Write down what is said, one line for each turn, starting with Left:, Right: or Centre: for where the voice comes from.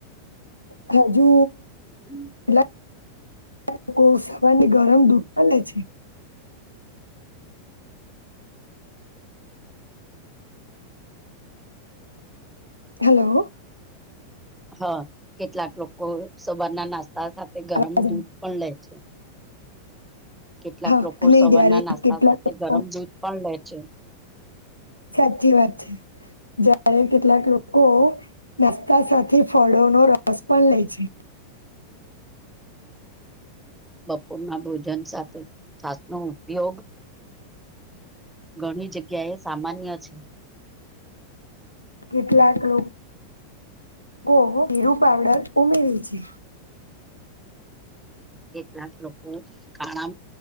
Left: છે હજુ
Centre: હમ
Left: કેટલાક
Centre: <inaudible>
Left: લોકો સવારની ગરમ દૂધ પણ લે છે હેલો
Centre: હા કેટલાક લોકો સવારના નાસ્તા સાથે
Left: અવાજ
Centre: ગરમ
Left: આવે?
Centre: દૂધ પણ લે છે કેટલાક
Left: હા
Centre: લોકો
Left: અને
Centre: સવારના
Left: જયારે
Centre: નાસ્તા
Left: કેટલાક
Centre: સાથે
Left: લોકો
Centre: ગરમ દૂધ પણ લે છે
Left: સાચી વાત છે ત્યારે કેટલાક લોકો નાસ્તા સાથે ફળો ન રસ પણ લે છે
Centre: હ બપોરના ભોજન સાથે છાસ નો ઉપયોગ ઘણી જગ્યા એ સામાન્ય છે
Left: કેટલાક લોકો ઓ હો હીરુ પાવડર ઉમેરે છે
Centre: કેટલાક લોકો કાળા